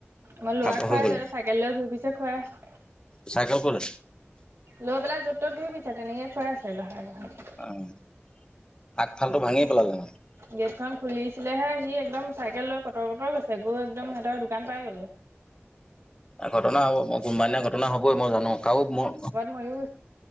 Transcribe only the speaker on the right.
মই ল'ৰা
খুৱাই
আছোঁ।
সিহঁতে, চাইকেল লৈ ঘুৰি ফুৰিছে, খুৱাই আছোঁ।
লৈ পেলাই, য'ত-ত'ত ঘুৰি ফুৰিছে। তেনেকে, খুৱাই আছে, গহাই- গহাই।
গেট খন খুলিছিলেহে, সি একদম চাইকেল লৈ, কটৰ-কটৰ গৈছে। গৈ একদম, সিহঁতৰ দোকান পাই গ'লগৈ।
মইয়ো